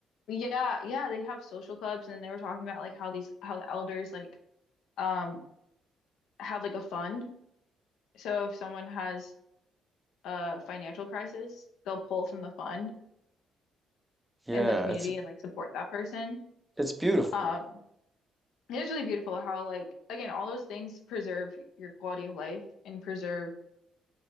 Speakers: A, on the left; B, in the centre.
A: yeah, yeah, they have social clubs and they were talking about like how these how the elders like um have like a fund. So if someone has a financial crisis, they'll pull from the fund
B: Yeah,
A: in the community
B: it's
A: and like support that person.
B: it's beautiful.
A: Um It is really beautiful how, like, again, all those things preserve your quality of life and preserve